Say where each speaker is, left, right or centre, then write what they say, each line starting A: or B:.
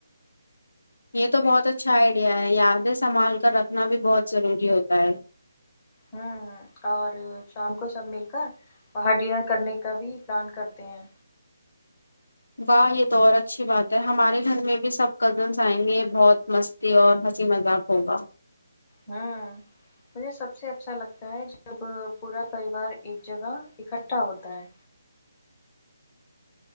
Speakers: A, on the left; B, on the left.
A: یہ تو بہت اچھا آئیڈیا ہے یادیں سنبھال کر رکھنا بھی بہت ضروری ہوتا ہے
B: ہوں اور شام کو سب مل کر پہاڑیاں کرنے کا بھی پلان کرتے ہیں
A: واہ یہ تو اور اچھی بات ہے ہمارے گھر میں بھی سب کزنس آئیں گے یہ بہت مست اور ہنسی مذاق ہوگا
B: ہاں مجھے سب سے اچھا لگتا ہے جب پورا پریوار ایک جگہ اکٹھا ہوتا ہے